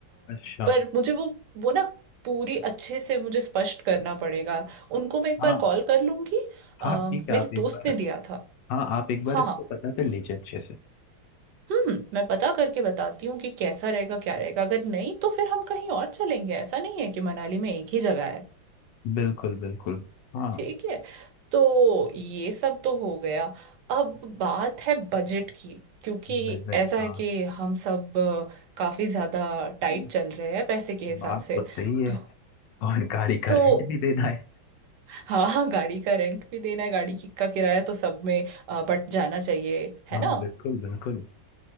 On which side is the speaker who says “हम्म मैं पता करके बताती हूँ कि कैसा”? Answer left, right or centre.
Right